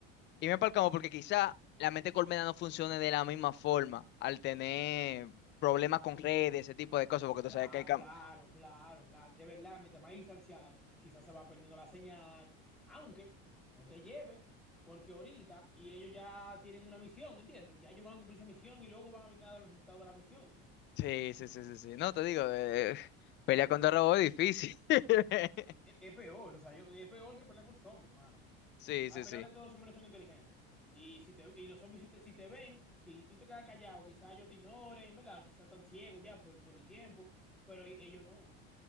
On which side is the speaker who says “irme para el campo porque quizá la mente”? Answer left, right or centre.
Left